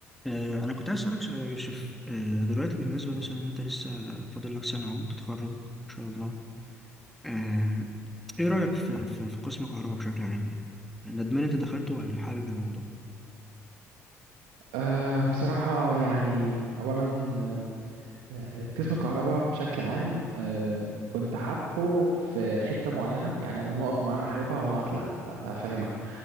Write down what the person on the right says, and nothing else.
أه بصراحة يعني أولا أه آه، قسم الكهرباء بشكل عام أه كنت حابه في حتة معينة يعني أنا نقط معينة حاببها ونقط لأ هفهمك